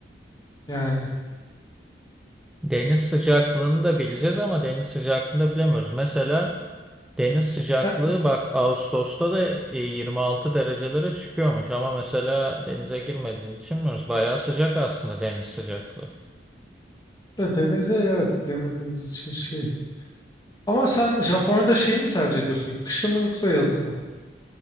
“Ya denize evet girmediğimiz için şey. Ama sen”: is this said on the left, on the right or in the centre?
Left